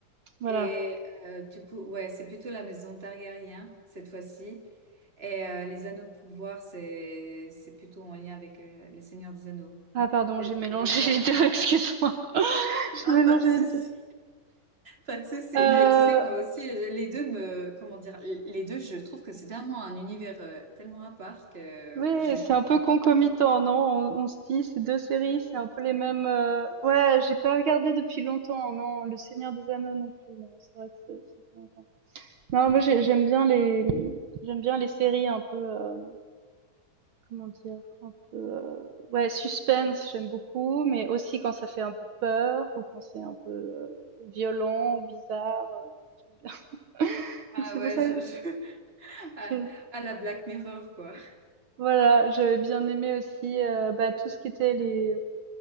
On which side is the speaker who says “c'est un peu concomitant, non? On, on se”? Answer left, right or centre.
Right